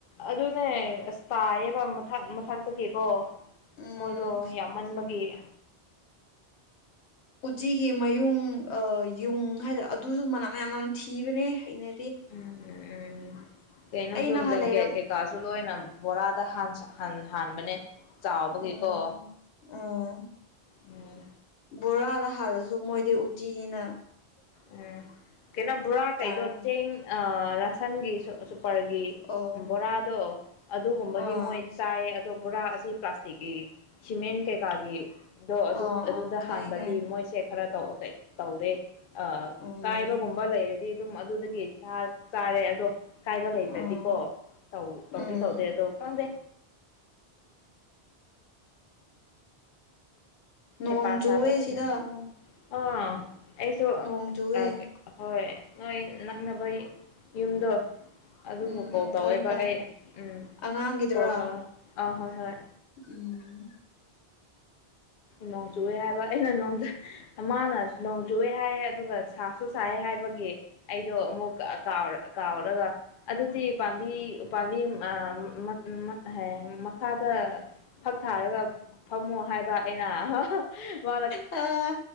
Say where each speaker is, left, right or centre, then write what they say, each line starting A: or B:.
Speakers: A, on the left; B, on the left.
A: ꯑꯗꯨꯅꯦ ꯑꯁ ꯄꯥꯏꯌꯦꯕ ꯃꯊꯛ ꯃꯊꯛꯇꯒꯤꯀꯣ
B: ꯎꯝ
A: ꯃꯣꯏꯗꯣ ꯌꯥꯝꯃꯟꯕ ꯒꯤ
B: ꯎꯠꯆꯤꯒꯤ ꯃꯌꯨꯡ ꯑ ꯌꯨꯡ ꯍꯥꯏꯗ ꯑꯗꯨꯖꯨ ꯃꯅꯝ ꯌꯥꯝ ꯅꯝꯊꯤꯕꯅꯦ ꯍꯩꯅ
A: ꯎꯝ ꯎꯝ ꯎꯝ ꯀꯩꯅꯣꯁꯨ
B: ꯑꯩ ꯅꯍꯥꯟ
A: ꯕ꯭ꯂꯦꯡꯀꯦꯠ
B: ꯂꯩꯔꯝ
A: ꯀꯩꯀꯥꯁꯨ ꯂꯣꯏꯅ ꯕꯣꯔꯥꯗ ꯍꯥꯟꯁ ꯍꯥꯟ ꯍꯥꯟꯕꯅꯦ ꯆꯥꯎꯕꯒꯤꯀꯣ
B: ꯑꯣ ꯑꯣ
A: ꯎꯝ
B: ꯕꯣꯔꯥꯗ ꯍꯥꯜꯂꯁꯨ ꯃꯣꯏꯗꯤ ꯎꯆꯤꯅꯤꯅ
A: ꯎꯝ ꯀꯩꯅꯣ ꯕꯣꯔꯥ ꯀꯩꯗꯣ
B: ꯆꯥꯔꯝ
A: ꯆꯦꯡ ꯑ ꯔꯁꯟꯒꯤ ꯁꯨꯛ ꯑꯁꯨ ꯄꯔꯒꯤ
B: ꯑꯣ
A: ꯕꯣꯔꯥꯗꯣ ꯑꯗꯨꯒꯨꯝꯕꯗꯤ
B: ꯑꯥ
A: ꯃꯣꯏ ꯆꯥꯏꯌꯦ ꯑꯗꯣ ꯕꯣꯔꯥ ꯑꯁꯤ ꯄ꯭ꯂꯥꯁꯇꯤꯛꯀꯤ ꯁꯤꯃꯦꯟ ꯀꯩꯀꯥꯒꯤ ꯗꯣ ꯑꯗꯨ
B: ꯑꯣ
A: ꯑꯗꯨꯗ
B: ꯑꯣ ꯈꯪꯉꯦ
A: ꯍꯥꯟꯕꯗꯤ
B: ꯈꯪꯉꯦ
A: ꯃꯣꯏꯁꯦ ꯈꯔ ꯇꯧ ꯀꯩ ꯇꯧꯗꯦ ꯑ
B: ꯎꯝ
A: ꯀꯥꯏꯕꯒꯨꯝꯕ ꯂꯩꯔꯗꯤ ꯑꯗꯨꯝ ꯑꯗꯨꯗꯒꯤ ꯆꯥ ꯆꯥꯔꯦ ꯑꯗꯣ ꯀꯥꯏꯕ ꯂꯩꯇ꯭ꯔꯗꯤꯀꯣ
B: ꯑꯣ
A: ꯇꯧꯗꯤ
B: ꯎꯝ
A: ꯇꯧꯗꯦ ꯑꯗꯣ ꯈꯪꯗꯦ
B: ꯅꯣꯡ
A: ꯍꯩꯄꯥ
B: ꯆꯨꯋꯦ
A: ꯁꯥꯕꯁꯤꯅ
B: ꯁꯤꯗ
A: ꯆꯥꯕꯅꯤ ꯑꯥ ꯑꯩꯁꯨ
B: ꯅꯣꯡ ꯆꯨꯋꯦ
A: ꯑ ꯍꯣꯏ ꯅꯣꯏ ꯅꯛꯅꯕꯩꯪ ꯌꯨꯝꯗꯣ ꯑꯗꯨꯕꯨ
B: ꯎꯝ
A: ꯀꯣꯜ
B: ꯎꯝ
A: ꯇꯧꯋꯦꯕ
B: ꯈꯪꯉꯦ ꯈꯪꯉꯦ
A: ꯑꯩ ꯎꯝ
B: ꯑꯉꯥꯡꯒꯤꯗꯨꯔꯥ
A: ꯀꯣꯜ ꯇꯧꯋꯦ ꯑꯥ ꯍꯣꯏ ꯍꯣꯏ
B: ꯎꯝ
A: ꯅꯣꯡꯆꯨꯋꯦ ꯍꯥꯏꯕ ꯑꯩꯅ ꯅꯣꯟꯗ ꯃꯥꯅ ꯅꯣꯡ ꯆꯨꯋꯦ ꯍꯥꯏꯌꯦ ꯑꯗꯨꯒ ꯁꯥꯁꯨ ꯁꯥꯏꯌꯦ ꯍꯥꯏ ꯍꯥꯏꯕꯒꯤ ꯑꯩꯗꯣ ꯑꯃꯨꯛ ꯀꯥꯎ ꯀꯥꯎꯔꯒ ꯑꯗꯨꯗꯤ ꯄꯥꯝꯕꯤ ꯎꯄꯥꯝꯕꯤ ꯃ ꯑ ꯃꯛ ꯃꯛ ꯍꯥꯏ ꯃꯈꯥꯗ ꯐꯛ ꯊꯥꯔꯒ ꯐꯝꯃꯣ ꯍꯥꯏꯕ ꯑꯩꯅ ꯍꯥ ꯍꯥ ꯃꯅ
B: ꯑ